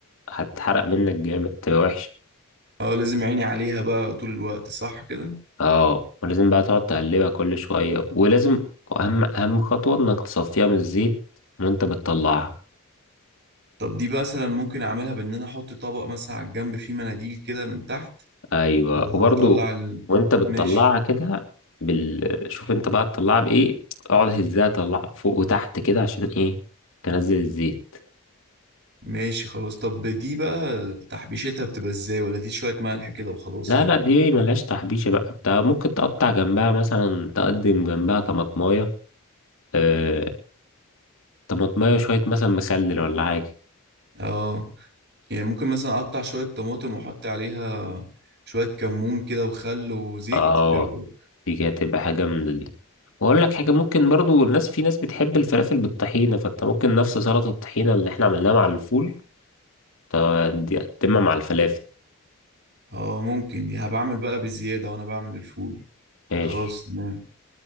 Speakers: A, on the left; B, on the right.
A: هتحرق منك جامد تبقى وحشة
B: اه لازم عيني عليها بقى طول الوقت صح كده
A: اه ولازم بقى تقعد تقلبها كل شوية ولازم أهم أهم خطوة إنك تصفيها من الزيت وأنت بتطلعها
B: طب دي بقى مثلا ممكن اعملها بان انا احط طبق مثلا على الجنب فيه مناديل كده من تحت
A: أيوة
B: و-
A: وبرضو
B: واطلع ال...
A: وأنت بتطلعها
B: ماشي
A: كده بال... شوف أنت بقى تطلعها بإيه اقعد هزها طلعها فوق وتحت كده عشان إيه تنزل الزيت
B: ماشي خلاص طب دي بقى تحبيشتها بتبقى ازاي ولا دي شوية ملح كده وخلاص
A: لا
B: كده
A: لا دي ملهاش تحبيشة بقى انت ممكن تقطع جنبها مثلا تقدم جنبها طماطماية آه طماطماية شوية مثلا مخلل ولا حاجة
B: اه يعني ممكن مثلا اقطع شوية طماطم واحط عليها شوية كمون كده وخل وزيت
A: اه
B: ايه رأيك
A: دي كده تبقى حاجة جامدة دي واقول لك حاجة ممكن برضو الناس في ناس بتحب الفلافل بالطحينة فانت ممكن نفس سلطة الطحينة اللي احنا عملناها مع الفول ت- دي تقدمها مع الفلافل
B: اه ممكن دي هبعمل بقى بالزيادة وانا بعمل الفول
A: ماشي
B: خلاص تمام